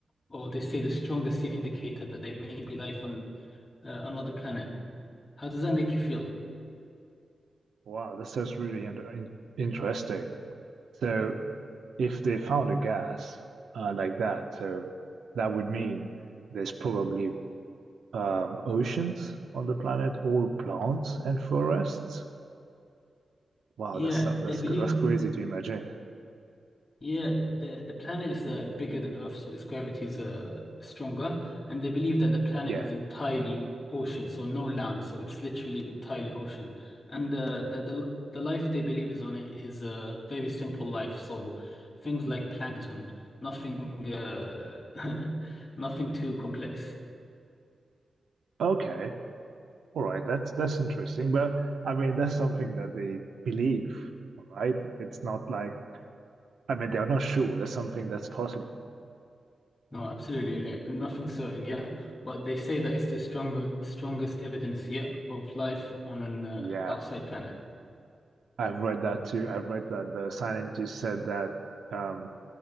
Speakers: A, on the left; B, on the right.
A: or they say the strongest yet indicator that there may be life on uh, another planet. How does that make you feel?
B: Wow, that sounds really under in interesting. So, if they found a gas uh, like that, so that would mean there's probably um, oceans on the planet, all plants and forests. Wow,
A: Yeah,
B: that's that's
A: they believe.
B: that's crazy to imagine.
A: Yeah, the the planet is uh, bigger than Earth, so its gravity is uh, stronger, and they believe that the planet
B: Yeah.
A: is entirely ocean, so no land, so it's literally entirely ocean, and uh, the the the life they believe is on it is a very simple life, so things like plankton, nothing, uh, <laughs> nothing too complex.
B: Okay. All right. That's that's interesting. But I mean, that's something that they believe. All right. It's not like I mean, they are not sure. That's something that's possible.
A: No, absolutely, uh, nothing certain Yeah, But they say that it's the stronger strongest evidence yet of life on an uh,
B: Yeah,
A: outside planet.
B: I've read that too. I've read that the scientist said that um,